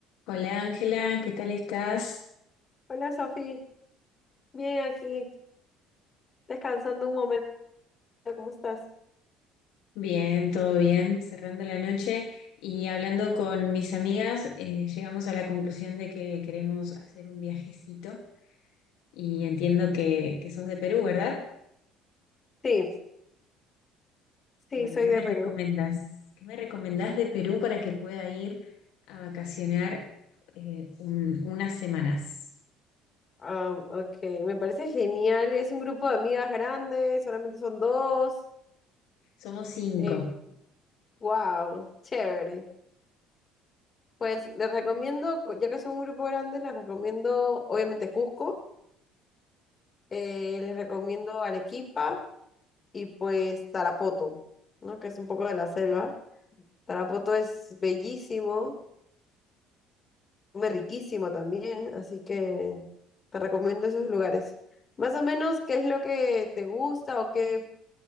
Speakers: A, on the left; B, on the left.
A: Hola Ángela, ¿qué tal estás?
B: Hola Sofi, bien aquí, descansando un momento, ¿cómo estás?
A: Bien, todo bien, cerrando la noche y hablando con mis amigas, eh, llegamos a la conclusión de que queremos hacer un viajecito y entiendo que, que sos de Perú, ¿verdad?
B: Sí, sí,
A: Bueno,
B: soy
A: ¿qué
B: de
A: me
B: Perú.
A: recomendás? ¿Qué me recomendás de Perú para que pueda ir a vacacionar eh, un- unas semanas?
B: Ah, ok, me parece genial, es un grupo de amigas grandes, solamente son dos.
A: Somos cinco.
B: Eh, wow, chévere. Pues les recomiendo, ya que son un grupo grande, les recomiendo obviamente Cusco, eh, les recomiendo Arequipa y pues Tarapoto, ¿no? Que es un poco de la selva. Tarapoto es bellísimo. come riquísimo también, así que te recomiendo esos lugares. Más o menos, ¿qué es lo que te gusta o qué,